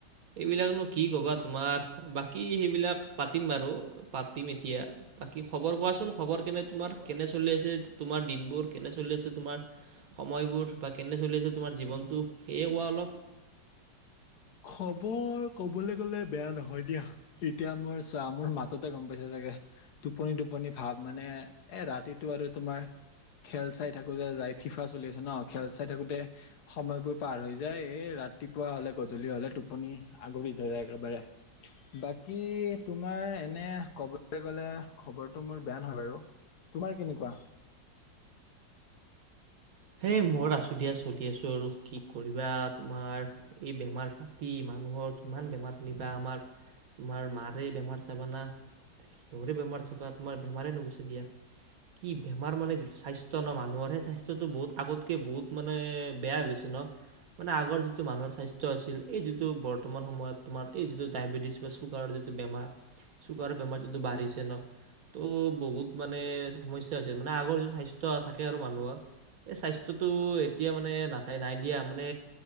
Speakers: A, on the right; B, on the left.
A: এইবিলাকনো কি ক'বা তোমাৰ বাকী সেইবিলাক পাতিম বাৰু পাতিম এতিয়া বাকী খবৰ কোৱাচোন খবৰ কেনে তোমাৰ কেনে চলি আছে তোমাৰ দিনবোৰ কেনে চলি আছে তোমাৰ সময়বোৰ বা কেনে চলি আছে তোমাৰ জীৱনটো সেয়ে কোৱা অলপ
B: খবৰ ক'বলৈ গ'লে বেয়া নহয় দিয়া এতিয়া মোৰ চোৱা মোৰ মাততে গম পাইছে চাগে টোপনি টোপনি ভাৱ মানে এ ৰাতিটো আৰু তোমাৰ খেল চাই থাকোতে যাই ফিফা চলি আছে ন খেল চাই থাকোতে সময়বোৰ পাৰ হৈ যায় এ ৰাতিপুৱা হলে গ টোপনি আগুৰি ধৰে একেবাৰে বাকী তোমাৰ এনে ক'বলৈ গ'লে খবৰটো মোৰ বেয়া নহয় বাৰু তোমাৰ কেনেকুৱা
A: হেই মোৰ আচো দিয়া চলি আছোঁ আৰু কি কৰিবা তোমাৰ এই বেমাৰ পাতি মানুহৰ কিমান বেমাৰ শুনিবা আমাৰ তোমাৰ মাৰে বেমাৰ চাবানা সিহৰে বেমাৰ চাবা তোমাৰ বেমাৰে নুগুছে দিয়া কি বেমাৰ মানে যিটো স্বাস্থ্য ন মানুহৰ সেই স্বাস্থ্যটো বহুত আগতকে বহুত মানে বেয়া হৈ গৈছে ন মানে আগৰ যিটো মানুহৰ স্বাস্থ্য আছিল এই যিটো বৰ্তমান সময়ত তোমাৰ এই যিটো ডায়েবেটিছ বা চুগাৰ যিটো বেমাৰ চুগাৰ বেমাৰ যিটো বাঢ়িছে ন ত' বহুত মানে সমস্যা হৈছে মানে আগৰ যিটো স্বাস্থ্য থাকে আৰু মানুহৰ এই স্বাস্থ্যটো এতিয়া মানে নাথাই নাই দিয়া মানে